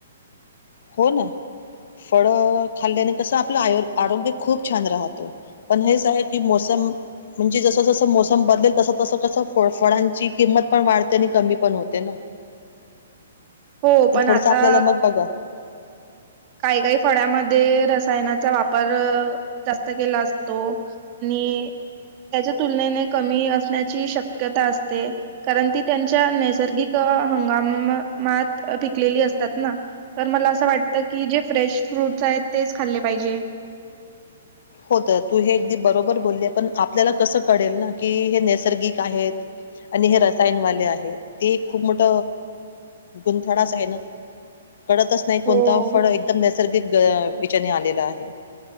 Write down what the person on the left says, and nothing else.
हो ना फळ खाल्ल्याने कसं, आपलं आरोग्य खूप छान राहतं. पण हेच आहे की मोसम. म्हणजे जसं जसं मोसम बदलेल तसं तसं कसं फ फळांची किंमत पण वाढते. आणि कमी पण होते ना.
तर
थोडंसं
आपल्याला मग बघा
होत तर तू हे अगदी बरोबर बोली आहे. पण आपल्याला कसं कळेल ना की हे नैसर्गिक आहेत. आणि हे रसायनवाले आहेत, ते खूप मोठ गुंथडाच आहे ना. कळतच नाही. कोणता
फळ एकदम नैसर्गिक विचने आलेला आहे.